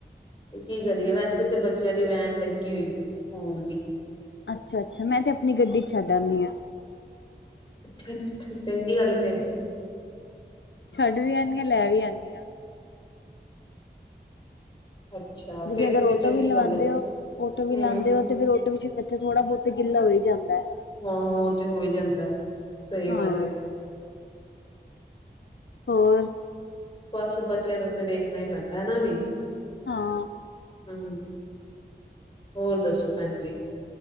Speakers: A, on the left; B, on the left.
A: ਤੇ ਕੀ ਕਰੀਏ ਵੈਸੇ ਤਾਂ ਬੱਚਿਆਂ ਦੀ ਵੈਨ ਲੱਗੀ ਹੋਈ ਹੈ ਸਕੂਲ ਦੀ
B: ਅੱਛਾ ਅੱਛਾ ਮੈਂ ਤੇ ਆਪਣੀ ਗੱਡੀ ਛੱਡ ਆਂਦੀ ਹਾਂ
A: ਅੱਛਾ ਅੱਛਾ ਚੰਗੀ ਗੱਲ ਏ ਫੇਰ ਤੇ
B: ਛੱਡ ਵੀ ਆਨੀ ਆ, ਲੈ ਵੀ ਆਨੀ ਆ
A: <unintelligible>
B: ਦੇ
A: ਫੇਰ
B: ਅਗਰ
A: ਤੇ ਫੇਰ
B: ਔਟੋ
A: ਚੰਗੀ
B: ਵੀ ਲਵਾਉਂਦੇ
A: ਗੱਲ ਏ
B: ਹੋ, ਔਟੋ ਵੀ
A: ਹੂੰ।
B: ਲਾਉਂਦੇ ਹੋ ਤੇ ਫਿਰ ਔਟੋ ਵਿੱਚ ਵੀ ਬੱਚਾ ਥੋੜ੍ਹਾ ਬਹੁਤ ਗਿੱਲਾ ਹੋਈ ਜਾਂਦਾ ਹੈ।
A: ਹਾਂ, ਹਾਂ ਉਹ ਤੇ ਹੋ ਹੀ ਜਾਂਦਾ ਸਹੀ
B: ਹਾਂ
A: ਗੱਲ ਏ
B: ਹੋਰ
A: ਬਸ ਬੱਚਿਆਂ ਦਾ ਉੱਥੇ ਵੇਖਣਾ ਹੀ ਪੈਂਦਾ ਹੈ ਵੀ
B: ਹਾਂ
A: ਹੂ, ਹੋਰ ਦੱਸੋ ਭੈਣ ਜੀ।